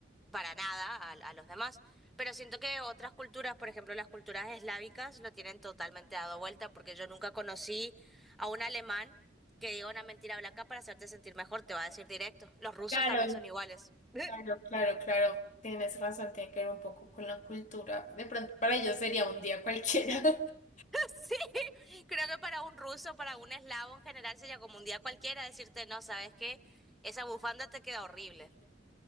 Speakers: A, in the centre; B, on the left.
A: para nada a, a los demás. Pero siento que otras culturas, por ejemplo, las culturas eslávicas, lo tienen totalmente dado vuelta, porque yo nunca conocí a un alemán que diga una mentira blanca para hacerte sentir mejor, te va a decir directo. Los rusos
B: Claro,
A: también son iguales. <laughs>
B: claro, claro, claro. Tienes razón, tiene que ver un poco con la cultura. De pronto para ellos sería un día cualquiera. <laughs>
A: Sí, creo que para un ruso, para un eslavo en general sería como un día cualquiera decirte, no, ¿sabes qué? Esa bufanda te queda horrible.